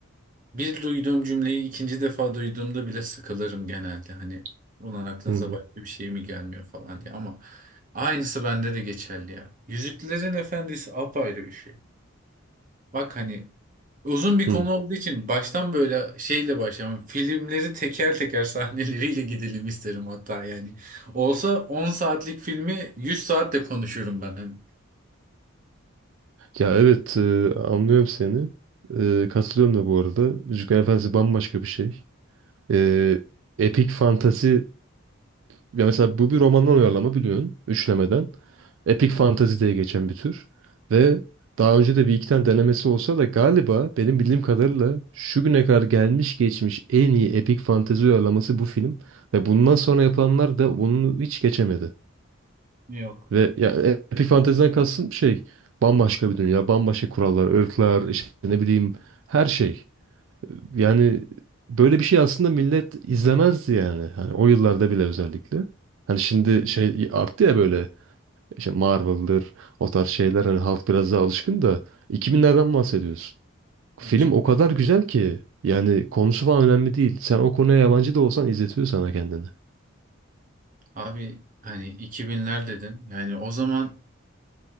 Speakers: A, on the right; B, on the right.
A: bir duyduğum cümleyi ikinci defa duyduğumda bile sıkılırım genelde. Hani ulan aklınıza
B: Hı hı.
A: başka bir şey mi gelmiyor falan diye ama aynısı bende de geçerli ya. Yüzüklerin Efendisi apayrı bir şey. Bak hani Uzun bir konu
B: hı.
A: olduğu için baştan böyle şeyle başlamam. Filmleri teker teker <laughs> sahneleriyle gidelim isterim hatta yani. Olsa 10 saatlik filmi 100 saatte konuşurum ben. Hani.
B: Ya evet e, anlıyorum seni. E, katılıyorum da bu arada. Yüzüklerin Efendisi bambaşka bir şey. E, epik fantazi ya mesela bu bir romandan uyarlama biliyorsun. Üçlemeden. Epik fantazi diye geçen bir tür. Ve daha önce de bir iki tane denemesi olsa da galiba benim bildiğim kadarıyla şu güne kadar gelmiş geçmiş en iyi epik fantezi uyarlaması bu film. Ve bundan sonra yapılanlar da bunu hiç geçemedi.
A: Yok.
B: Ve ya epik Fantasy'den kastım şey bambaşka bir dünya, bambaşka kurallar, öğütler, işte ne bileyim her şey. Yani böyle bir şey aslında millet izlemezdi yani. Hani o yıllarda bile özellikle. Hani şimdi şey arttı ya böyle işte Marvel'dır o tarz şeyler hani halk biraz daha alışkın da 2000'lerden bahsediyorsun. Film
A: 2000.
B: o kadar güzel ki yani konusu falan önemli değil. Sen o konuya yabancı da olsan izletiyor sana kendini.
A: Abi hani iki binler dedin. Yani o zaman